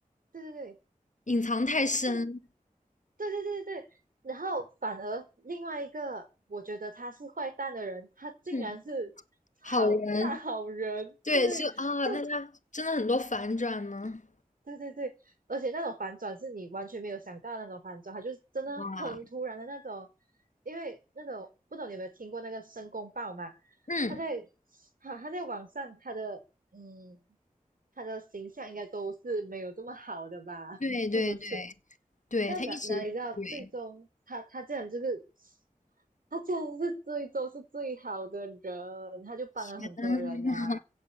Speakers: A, on the right; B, on the left.
A: 对对对，
B: 隐藏太深，
A: 就对对对对，然后反而另外一个我觉得他是坏蛋的人，他竟然是好大好人，
B: 嗯，好人，对，
A: 对，
B: 就啊，
A: 就
B: 那他真的很多反转呢，
A: 对对对，而且那种反转是你完全没有想到的那种反转，他就是真的很突然的那种。
B: 哇，
A: 因为那种不懂你有没有听过那个申公豹嘛？
B: 嗯，
A: 他在他他在网上他的嗯他的形象应该都是没有这么好的吧？
B: 对对对
A: <laughs> 是不是？
B: 对，
A: 那哪哪里知道最终他他这样就是
B: 他一直对，
A: 他这样是最终是最好的人，他就帮了很多人啊。
B: 嗯，